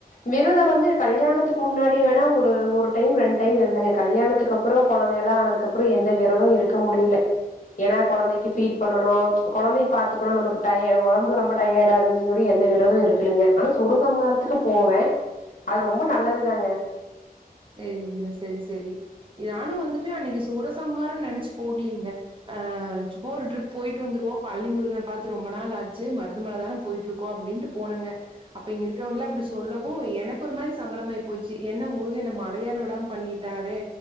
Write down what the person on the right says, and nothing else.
சேரிங்க சேரி சேரி நானு வந்துட்டு அன்னிக்கி சூரசம்ஹாரம் நெனைச்சு போகலீங்க ஆ சும்மா ஒரு டிரிப் போயிட்டு வந்துருவோ பழனி முருகன பாத்து ரொம்ப நாள் ஆச்சு மருந்துமல தானே போயி இருக்கு அப்டின்ட்டு போனங்க அப்ப இங்க இருக்கவங்கள அப்டி சொல்லவு எனக்கு ஒரு மாரி சங்கடமாயி போச்சு என்ன முருகன் என்ன மல ஏற விடாம பண்ணிட்டாரே